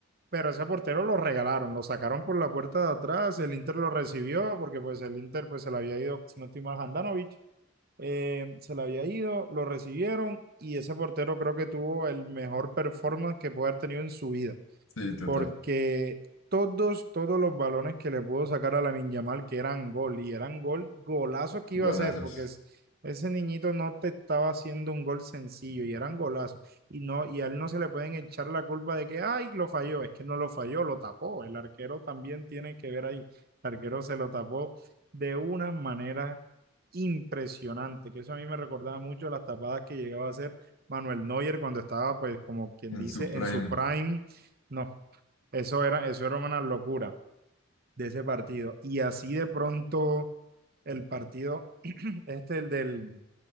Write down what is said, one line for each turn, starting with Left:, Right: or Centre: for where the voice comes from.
Right: pero ese portero lo regalaron, lo sacaron por la puerta de atrás, el Inter lo recibió porque pues el Inter pues se le había ido, si no estoy mal, Handanovic, eh, se le había ido, lo recibieron y ese portero creo que tuvo el mejor performance que puede haber tenido en su vida
Left: Sí, total.
Right: porque todos, todos los balones que le pudo sacar a Lamine Yamal, que eran gol, y eran gol, golazo que iba
Left: Golazos
Right: a hacer, porque es- ese niñito no te estaba haciendo un gol sencillo, y eran golazos, y no, y a él no se le pueden echar la culpa de que, ay, lo falló, es que no lo falló, lo tapó, el arquero también tiene que ver ahí, el arquero se lo tapó de una manera impresionante, que eso a mí me recordaba mucho las tapadas que llegaba a hacer Manuel Neuer cuando estaba, pues, como quien
Left: en
Right: dice,
Left: su prime.
Right: en su prime, no, eso era, eso era una locura de ese partido. Y así de pronto el partido, este, el del,